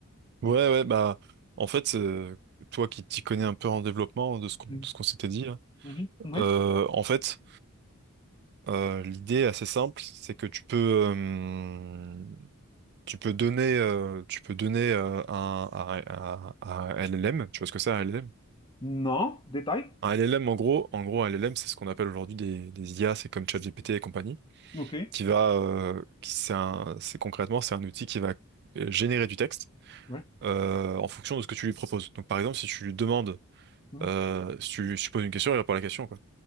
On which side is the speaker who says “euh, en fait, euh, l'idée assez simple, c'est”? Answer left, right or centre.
Right